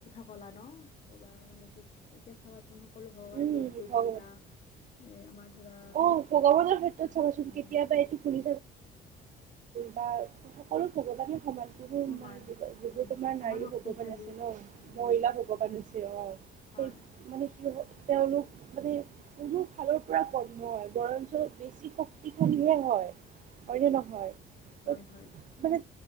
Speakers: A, on the left; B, on the right.
A: খলা ন ক'বা মানে কি ক চাবাচোন ন সকলো ভগৱান
B: উম
A: দেৱ-দেৱী বা আমাৰ ধৰা
B: অ, ' ভগৱানৰ ক্ষেত্ৰত চাবচোন
A: উম
B: কেতিয়াবা এইটো তুমি বা সকলো ভগৱানে সমানববোৰ
A: সমান
B: মানে য যিবোৰ
A: উম
B: তোমাৰ
A: সমান
B: নাৰী
A: শক্তিশালী
B: ভগৱান আছে ন
A: উম
B: মহিলা ভগৱান আছে অ
A: হয়
B: সমানে কি হব তেওঁলোক মানে কোনো ফালৰ পৰা কম নহয় বৰঞ্চ বেছি শক্তিশালীহে হয়- হয়নে নহয় ত
A: হয় হয়
B: মানে